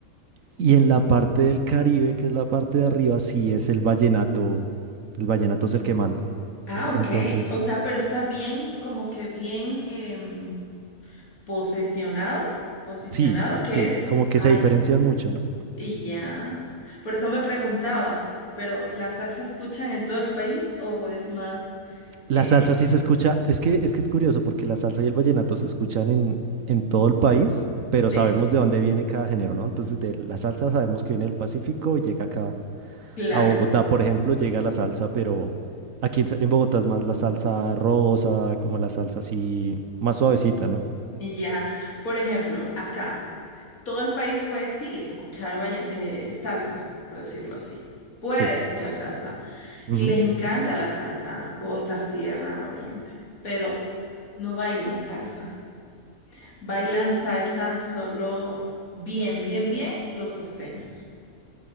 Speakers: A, on the right; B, on the left.
A: Y en la parte del Caribe, que es la parte de arriba, sí es el vallenato, el vallenato es el que manda,
B: Ah,
A: ¿sí?
B: ok.
A: Entonces,
B: O sea, pero está bien, como que bien em, posesionado, posicionado,
A: sí, sí,
B: que es,
A: como que
B: ay,
A: se diferencian mucho, ¿no?
B: y ya. Por eso me preguntabas, pero ¿la salsa escuchan en todo el país o es más,
A: La
B: eh,
A: salsa sí se escucha, es que, es que es curioso porque la salsa y el vallenato se escuchan en, en todo el país, pero
B: sí,
A: sabemos de dónde viene cada género, ¿no? Entonces, de la salsa sabemos que viene del Pacífico y llega acá
B: claro,
A: a Bogotá, por ejemplo, llega la salsa, pero aquí en, Sa- en Bogotá es más la salsa rosa, como la salsa así más suavecita, ¿no?
B: y ya. Por ejemplo, acá. todo el país puede, sí, escuchar vallen- eh, salsa, por decirlo así. Puede
A: Sí.
B: escuchar salsa.
A: ujú.
B: Y les encanta la salsa, costa, sierra, oriente. Pero no bailan salsa. Bailan salsa solo bien, bien, bien los costeños.